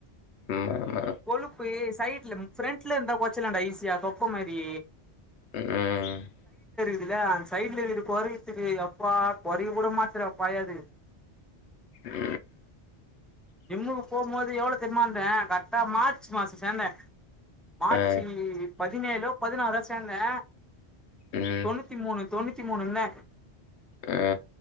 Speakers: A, on the left (about 80°); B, in the centre.
A: ஆமா ஆமா
B: கொழுப்பு சைடு த்துலமு ஃப்ரண்ட்ல இருந்தா கொறச்சர்லான்டா ஈசியா தொப்ப மாரி
A: ம்
B: தில்ல அந்த சைட்ல இருக்கது கொறையத்துக்கு யப்பா கொறைய கூட மாத்துறா பயது
A: ஹு
B: ஜிம்முக்கு போவும்போது எவ்ளோ தெரியமா இருந்தே கரெக்டா மார்ச் மாசம் சேர்ந்தே மார்ச்
A: ஆ
B: பதினேழோ பதினாறோ சேந்தே
A: ம்
B: தொண்ணூத்தி மூணு தொண்ணூத் த்தி மூணு இருந்த
A: அ